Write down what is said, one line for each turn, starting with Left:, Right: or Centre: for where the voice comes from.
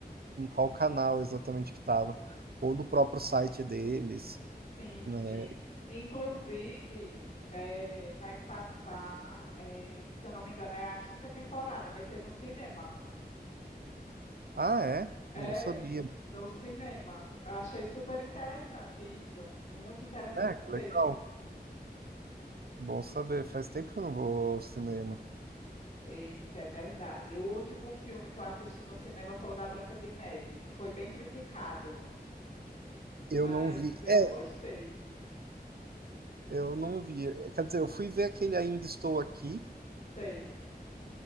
Right: em qual canal exatamente que tava. Ou do próprio site deles.
Left: Sim,
Right: né?
Left: sim. Inclusive, em- eh, vai passar, eh, se eu não me engano, é a quinta temporada, vai ser no cinema.
Right: Ah, é?
Left: É,
Right: Não sabia.
Left: no cinema. Eu achei super interessante isso. Muito interessante
Right: É, que
Left: mesmo.
Right: legal. Bom saber. Faz tempo que eu não vou ao cinema.
Left: Eita, é verdade. O último filme que eu assisti no cinema foi o da Branca de Neve, que foi bem criticado, mas
Right: Eu não vi.
Left: eu
Right: É,
Left: gostei.
Right: eu não vi. Quer dizer, eu fui ver aquele Ainda Estou Aqui,
Left: Sei,